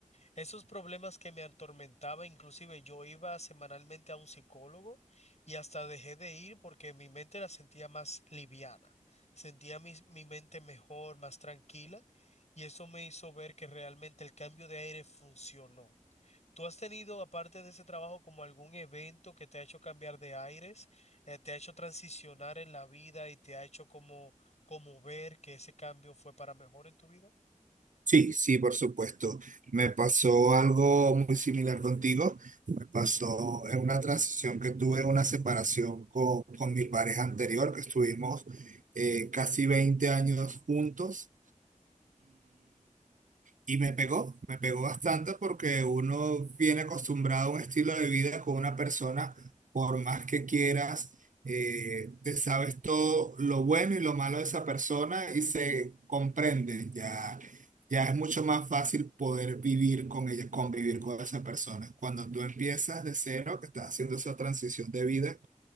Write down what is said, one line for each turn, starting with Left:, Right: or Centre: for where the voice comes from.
Left: Esos problemas que me atormentaba, inclusive yo iba semanalmente a un psicólogo y hasta dejé de ir porque mi mente la sentía más liviana, sentía mi, mi mente mejor, más tranquila y eso me hizo ver que realmente el cambio de aire funcionó. ¿Tú has tenido, aparte de ese trabajo, como algún evento que te ha hecho cambiar de aires, eh, te ha hecho transicionar en la vida y te ha hecho como, como ver que ese cambio fue para mejor en tu vida?
Right: Sí, sí, por supuesto. Me pasó algo muy similar contigo. Me pasó en una transición que tuve, una separación con, con mi pareja anterior, que estuvimos eh, casi 20 años juntos Y me pegó, me pegó bastante porque uno viene acostumbrado a un estilo de vida con una persona, por más que quieras, eh, te sabes todo lo bueno y lo malo de esa persona y se comprende. Ya, ya es mucho más fácil poder vivir con ella, convivir con esa persona. Cuando tú empiezas de cero, que estás haciendo esa transición de vida